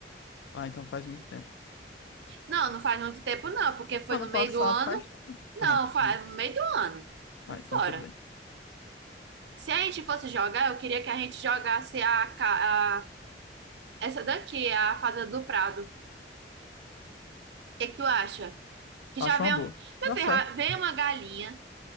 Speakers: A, on the left (about 85°); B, on the right (about 75°).
A: Ah, então faz muito tempo.
B: Não, não faz muito tempo, não, porque foi
A: Ano
B: no meio
A: passado
B: do ano.
A: faz.
B: Não,
A: Ah, é, então.
B: faz no meio do ano.
A: Ah,
B: É fora.
A: então tudo bem.
B: Se a gente fosse jogar, eu queria que a gente jogasse a, ca- a Essa daqui é a Fazenda do Prado. O que que tu acha? Que
A: Acho
B: já vem,
A: uma boa.
B: meu
A: Tá
B: filho,
A: certo.
B: já vem uma galinha,